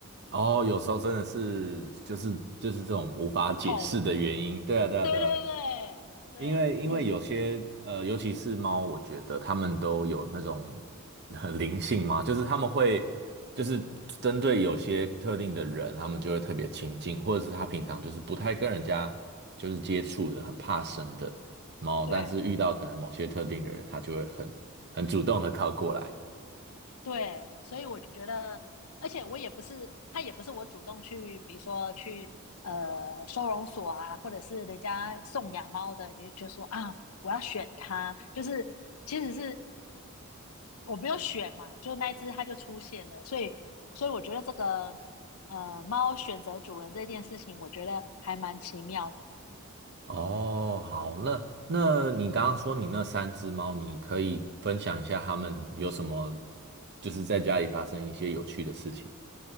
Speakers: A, on the right (about 50°); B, on the left (about 75°).
A: 哦，有时候真的是就是就是这种无法解释的原因。
B: 宠，
A: 对啊，对啊，
B: 对对对对，
A: 对啊。因为因为有些呃，
B: 你
A: 尤其是猫，我觉得它们都有那种呃 <laughs> 灵性嘛，就是它们会就是针对有些特定的人，它们就会特别亲近，或者是它平常就是不太跟人家就是接触的，很怕生的猫，
B: 对
A: 但是遇到可能某些特定的人，它就会很很主动的靠过来。
B: 对，所以我觉得，而且我也不是他也不是我主动去，比如说去呃收容所啊，或者是人家送养猫的，就就说啊我要选它，就是其实是我没有选嘛，就那一只它就出现了，所以所以我觉得这个。呃，猫选择主人这件事情，我觉得还蛮奇妙的。
A: 哦，好，那那你刚刚说你那三只猫，你可以分享一下它们有什么就是在家里发生一些有趣的事情吗